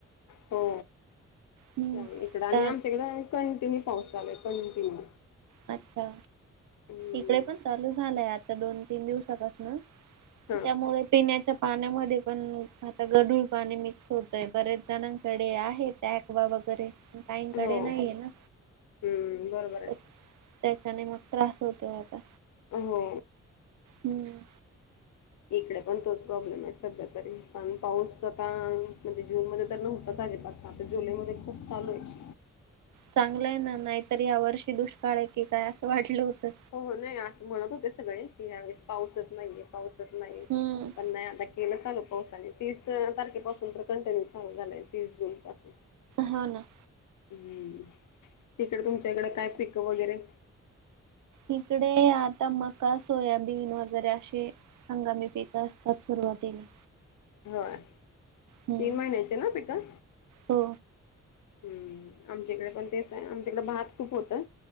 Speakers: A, on the left; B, on the right.
A: हो
B: हम्म.
A: त्यामुळं
B: आता
A: इकडं आणि आमच्याकडें कंटिन्यू पाऊस चालूय कंटिन्यू.
B: अच्छा
A: हम्म
B: इकडे पण चालू झाला आता दोन तीन दिवसांपासन.
A: हा
B: त्यामुळे पिण्याच्या पाण्यामध्ये पण आता गढूळ पाणी मिक्स होतंय, बरेच जणांकडे आहे ऍक्वा वगैरे. काहीकडे
A: हो
B: नाहीये ना.
A: हम्म बरोबर आहे.
B: तर त्याच्याने मग त्रास होतोय आता.
A: हो.
B: हम्म.
A: इकडे पण तोच प्रॉब्लेम आहे सध्या तरी पण पाऊस आता म्हणजे जून मध्ये तर नव्हताच अजिबात आता जुलैमध्ये खूप चालू आहे.
B: चांगलंय ना नाहीतर या वर्षी दुष्काळ आहे की काय असं वाटलं होतं
A: हो हो नाही असं म्हणत होते सगळे की ह्यावेेळेस पाऊसच नाहीये पाऊसच नाहीय.
B: हम्म
A: नाही आता केलं चालू पाऊसाने तीस तारखेपासून तर कंटिन्यू चालू झालं आहे तीस जूनपासून
B: हो ना.
A: हम्म तिकडे तुमच्याकडें काय पिक वगैरे?
B: इकडे आता मका सोयाबीन वगैरे अशे हंगामी पिक असतात सुरुवातीला.
A: होय
B: हम्म
A: तीन महिन्याचे ना पिकं?
B: हो
A: हम्म आमच्याकडे पण तेच आहे आमच्याकडे भात खूप होतंय